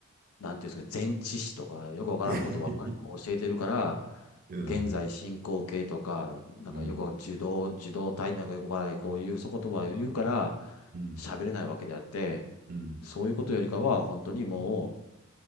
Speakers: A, on the left; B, on the right.
A: なんていうんですか、前置詞とか、よくわからんことばっかりこう教えてるから、
B: <laughs> うん
A: 現在進行形とか、なんかよく受動、
B: うん
A: 受動体なんかよくわからない、こういうそ言葉を言うから、
B: うんうん。
A: 喋れないわけであって、
B: うん
A: そういうことよりかは、本当にも